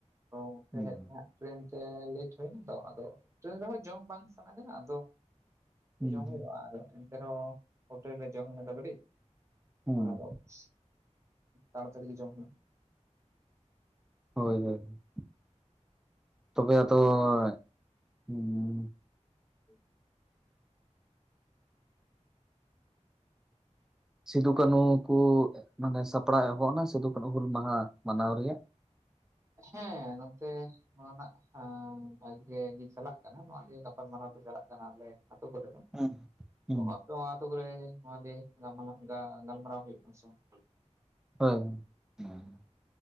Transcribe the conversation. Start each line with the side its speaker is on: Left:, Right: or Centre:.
Right: ᱳ
Centre: ᱦᱩᱸ
Right: <inaudible> ᱴᱨᱮᱱ ᱛᱮ ᱞᱮᱴ ᱦᱳᱭ ᱱᱟ ᱛᱚ ᱟᱫᱚ ᱴᱨᱮᱱ ᱨᱮᱦᱚᱸ ᱡᱚᱢ ᱵᱟᱝ ᱥᱟᱱᱟ ᱠᱟᱱᱟ ᱟᱫᱚ
Centre: ᱦᱩᱸ
Right: ᱡᱚᱢ ᱦᱩᱭᱩᱜᱼᱟ ᱟᱫᱚ ᱮᱱᱛᱮ ᱨᱮᱦᱚᱸ ᱦᱳᱴᱮᱞ ᱨᱮ ᱡᱚᱢ ᱦᱩᱭᱱᱟ ᱫᱚ ᱠᱟᱹᱴᱤᱡ
Centre: ᱦᱩᱸ
Right: ᱚᱱᱟ ᱫᱚ ᱯᱤᱥ ᱛᱟᱲᱟᱛᱟᱲᱤ ᱜᱮ ᱡᱚᱢ ᱦᱩᱭᱩᱜ
Centre: ᱦᱳᱭ ᱦᱳᱭ ᱛᱚᱵᱮ ᱟᱫᱚ ᱦᱩᱸ
Right: <unintelligible>
Centre: ᱥᱤᱫᱩ ᱠᱟᱹᱱᱩ ᱠᱚ ᱢᱟᱱᱮ ᱥᱟᱯᱲᱟᱣ ᱮᱦᱚᱵ ᱱᱟ ᱥᱤᱫᱩ ᱠᱟᱹᱱᱩ ᱦᱩᱞ ᱢᱟᱦᱟ ᱢᱟᱱᱟᱣ ᱨᱮᱭᱟᱜ
Right: ᱦᱮᱸ ᱱᱚᱛᱮ ᱱᱚᱣᱟ ᱨᱮᱱᱟᱜ ᱵᱷᱟᱜᱮ ᱜᱮ ᱪᱟᱞᱟᱜ ᱠᱟᱱᱟ ᱱᱚᱣᱟ ᱜᱮ ᱜᱟᱯᱟᱞᱢᱟᱨᱟᱣ ᱠᱚ ᱪᱟᱞᱟᱜ ᱠᱟᱱᱟ ᱞᱮ ᱟᱛᱳ ᱠᱚᱨᱮ ᱫᱚ
Centre: ᱦᱩᱸ ᱦᱩᱸ
Right: ᱟᱫᱚ ᱚ ᱟᱛᱩ ᱠᱚᱨᱮ ᱱᱚᱣᱟ ᱜᱮ ᱞᱤᱭᱟᱹ ᱜᱟᱞ ᱢᱟᱞᱟ ᱜᱟᱞᱢᱟᱨᱟᱣ ᱦᱩᱭᱩᱜ ᱠᱟᱱᱟ ᱥᱮ ᱵᱟᱝ?
Centre: ᱦᱳᱭ ᱦᱩᱸ